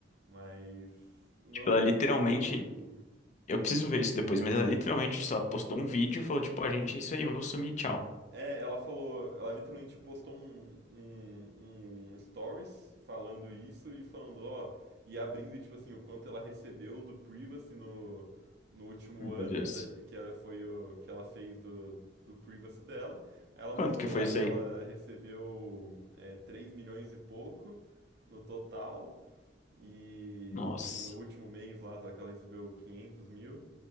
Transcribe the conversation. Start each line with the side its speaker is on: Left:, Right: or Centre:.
Right: Mas. Não,
Left: Tipo, ela
Right: não
Left: literalmente.
Right: julgo, não julgo.
Left: Eu preciso ver isso depois, mas ela literalmente só postou um vídeo e falou, tipo, ó, gente, é isso aí, eu vou sumir, tchau.
Right: É, ela falou, ela literalmente postou um, um, um stories falando isso e falando, ó, e abrindo, tipo assim, o quanto ela recebeu do Privacy no, no último
Left: Meu
Right: ano,
Left: Deus.
Right: tá, que ela foi o que ela fez do, do Privacy dela. Aí Ela
Left: Quanto
Right: mostrou
Left: que foi
Right: lá
Left: isso
Right: que
Left: aí?
Right: ela recebeu é, 3 milhões e pouco no total, e,
Left: Nossa,
Right: tipo assim, no último mês lá, tá, que ela recebeu 500 mil.